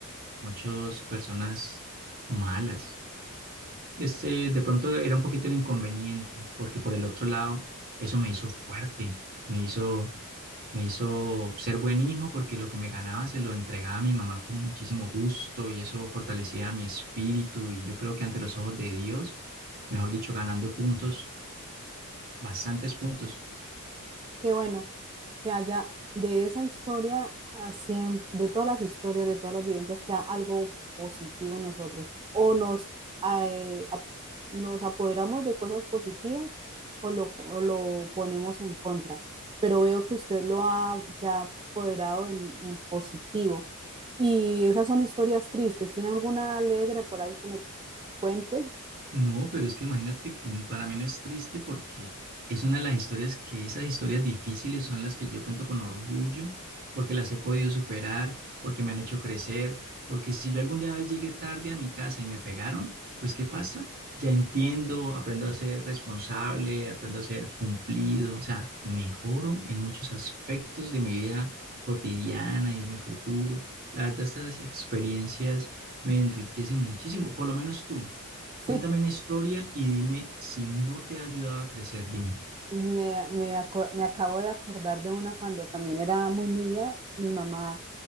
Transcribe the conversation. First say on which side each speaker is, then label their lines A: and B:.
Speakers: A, on the right; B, on the right.
A: muchas personas malas. Ese de pronto era un poquito el inconveniente, porque por el otro lado, eso me hizo fuerte, me hizo, me hizo ser buen hijo porque lo que me ganaba se lo entregaba a mi mamá con muchísimo gusto y eso fortalecía mi espíritu y yo creo que ante los ojos de Dios, mejor dicho, ganando puntos, bastantes puntos.
B: Qué bueno. que haya de esa historia, a siem- de todas las historias, de todas las vivencias, que haya algo positivo en nosotros. O nos, eh, ap- nos apoderamos de cosas positivas o lo, o lo ponemos en contra. Pero veo que usted lo ha, se ha apoderado en, en positivo. Y esas son historias tristes. ¿Tiene alguna alegre por ahí que me cuente? <laughs>
A: No, pero es que imagínate que n- para mí no es triste porque es una de las historias que esas historias difíciles son las que yo cuento con orgullo, porque las he podido superar, porque me han hecho crecer, porque si yo alguna vez llegué tarde a mi casa y me pegaron, pues ¿qué pasa? Ya entiendo, aprendo a ser responsable, aprendo a ser cumplido, o sea, mejoro en muchos aspectos de mi vida cotidiana y en mi futuro. La verdad, estas experiencias me enriquecen muchísimo, por lo menos tú.
B: Sí.
A: Cuéntame una historia y dime si no te ha ayudado a crecer, dime.
B: Me, me, aco- me acabo de acordar de una cuando también era muy niña. Mi mamá